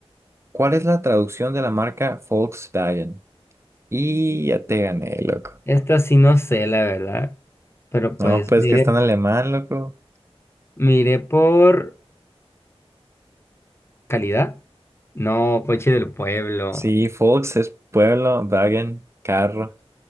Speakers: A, on the right; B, on the left.
A: ¿Cuál es la traducción de la marca Volkswagen? Y ya te gané, loco.
B: Esta sí no sé, la verdad. Pero
A: No,
B: pues,
A: pues
B: miré,
A: que está en alemán, loco.
B: miré por calidad. No, coche del pueblo.
A: Sí, Volks es pueblo, Wagen, carro.